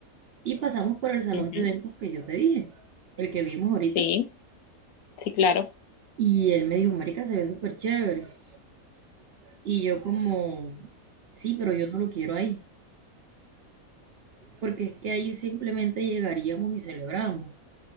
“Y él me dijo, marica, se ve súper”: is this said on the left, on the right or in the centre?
Right